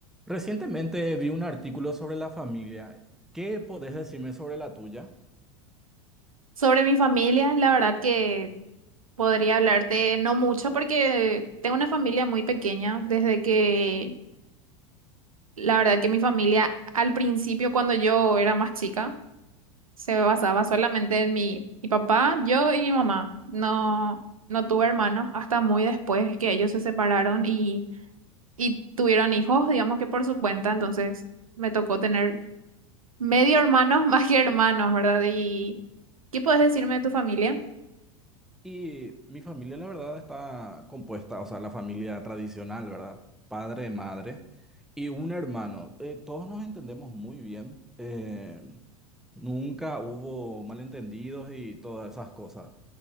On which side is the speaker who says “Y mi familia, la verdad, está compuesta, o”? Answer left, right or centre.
Centre